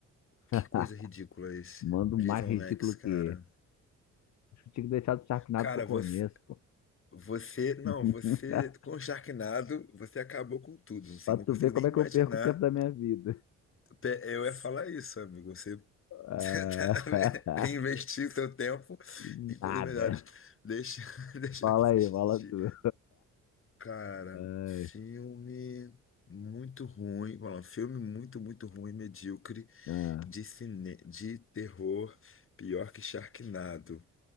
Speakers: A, on the left; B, on the left.
A: <laughs>
B: Que coisa ridícula esse.
A: Manda
B: Jason
A: um mais ridículo
B: Lex, cara.
A: que esse. Acho que tinha que deixar o Sharknado
B: Cara,
A: pro começo,
B: você.
A: pô.
B: Você. Não,
A: <laughs>
B: você. Com o Sharknado, você acabou com tudo. Assim,
A: Pra
B: não
A: tu
B: consigo
A: ver como
B: nem imaginar.
A: é que eu perco o tempo da minha vida.
B: Pe- Eu ia falar isso, amigo. Você. <laughs>
A: Ah,
B: Você tá investir seu tempo
A: <laughs>
B: em coisas
A: Nada.
B: melhores. Deixa, <laughs> deixa
A: Fala
B: eu assistir.
A: aí, fala tu.
B: Cara,
A: Ai,
B: filme muito ruim, vamos lá, filme muito, muito ruim, medíocre
A: ah.
B: de cine, de terror, pior que Sharknado.